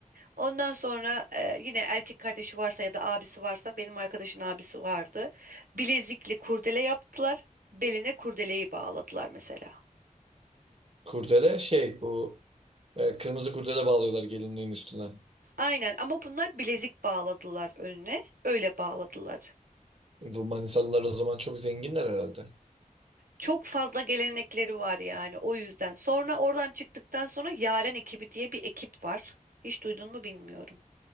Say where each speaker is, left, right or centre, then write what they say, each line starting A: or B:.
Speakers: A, on the right; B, on the right.
A: Ondan sonra e, yine erkek kardeşi varsa ya da abisi varsa benim arkadaşın abisi vardı. Bilezikli kurdele yaptılar. Beline kurdeleyi bağladılar mesela.
B: Kurdele şey bu e, kırmızı kurdele bağlıyorlar gelinliğin üstüne.
A: Aynen ama bunlar bilezik bağladılar önüne. Öyle bağladılar.
B: Bu Manisalılar o zaman çok zenginler herhalde.
A: Çok fazla gelenekleri var yani o yüzden. Sonra oradan çıktıktan sonra Yaren ekibi diye bir ekip var. Hiç duydun mu bilmiyorum.